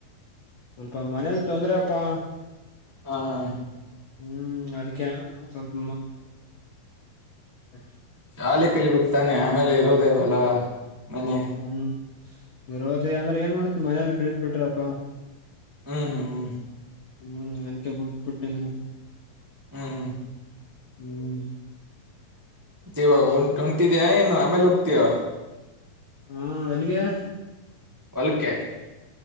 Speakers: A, on the left (about 75°); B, on the right (about 15°).
A: ಸ್ವಲ್ಪ ಮನೇಲ ತೊಂದ್ರೆ ಅಪ್ಪಾ
B: ಹಾ ಹಾ
A: ಹ್ಮ ಅದಕ್ಕೆ ಸ್ವಲ್ಪ <unintelligible>
B: ಶಾಲಿ ಕಲಿ ಬೆಕ್ತಾನೆ ಆಮೇಲೆ ಇರೋದ ಹೊಲ ಮನಿ
A: ಹ್ಮ ಇರೋದೇ ಅಂದ್ರ ಏನ್ ಮಾಡ್ತಿ ಮನೇಲಿ ಬಿದ ಬಿಟ್ರಪ್ಪಾ
B: ಹ್ಮ ಹ್ಮ ಹ್ಮ
A: ಹ್ಮ ಅದಕೆ ಬಿಟ್ಬ ಬಿಟ್ಟಿನಿ.
B: ಹ್ಮ ಹ್ಮ
A: ಹ್ಮ
B: ಜೀವಗ ಹೊಂಟ ಹೊಂಟಿದ್ಯಾ ಏನ ಆಮೇಲ ಹೋಗ್ತೀಯ.
A: ಹಾ ಅಲ್ಲಿಗೆ
B: ಒಲ್ಕೆ